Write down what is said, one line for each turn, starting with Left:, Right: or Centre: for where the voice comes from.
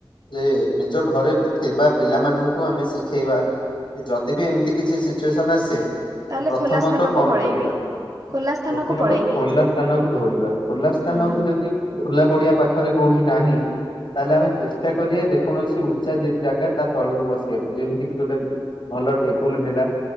Left: ଯେ ନିଜ ଘରେ ଥିବା ପିଲାମାନଙ୍କୁ ଆମେ ଶିଖେଇବା। ଯଦି ବି ଏମିତି କିଛି ସି ସିଚୁଏସନ୍ ଆସେ
Right: ତାହେଲେ
Left: ପ୍ରଥମତଃ
Right: ଖୋଲା ସ୍ଥାନକୁ
Left: କଣ
Right: ପଳେଇବେ
Left: କରିବା
Right: ଖୋଲା ସ୍ଥାନକୁ
Left: ପ୍ରଥମତଃ
Right: ପଳେଇବେ
Left: ଖୋଲା ସ୍ଥାନକୁ ଦୌଡିବା ଖୋଲା ସ୍ଥାନକୁ
Right: ହଁ
Left: ଯଦି ଖୋଲା ପଡିଆ ପାଖରେ କୋଉଠି ନାହିଁ। ତାହେଲେ ଆମେ ଚେଷ୍ଟା କରିବା ଯେକୌଣସି ଉଚ୍ଚା ଜେ ଜାଗା ତା ତଳକୁ ବସିବାକୁ ଯେମିତିକି ଗୋଟେ ଉଁ ଭଲ ଟେବୁଲ୍ ହେଲା।